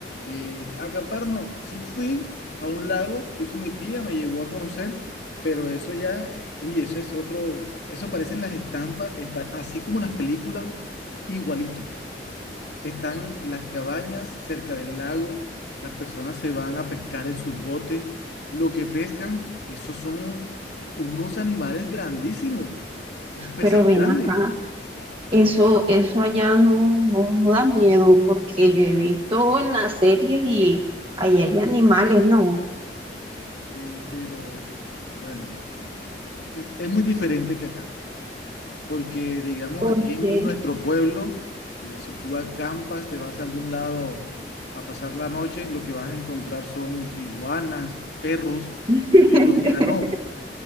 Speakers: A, on the left; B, on the right.
A: Eh, acampar no, sí fui a un lago, fui con mi tía, me llevó a conocer, pero eso ya, eh, uy, eso es otro, eso parecen las estampas, es pa- así como las películas, igualito. Están las cabañas cerca del lago, las personas se van a pescar en sus botes, lo que pescan, esos son unos animales grandísimos, unos peces
B: pero ven
A: grandes,
B: acá, eso, eso allá no, no, no da miedo, porque yo he visto en las series y allá hay animales, ¿no?
A: eh, pero bueno, es es muy diferente que acá. porque digamos
B: Porque,
A: aquí en nuestro pueblo, eh, si tú acampas, te vas a algún lado a pasar la noche, lo que vas a encontrar son iguanas, perros,
B: <laughs>
A: pero allá no.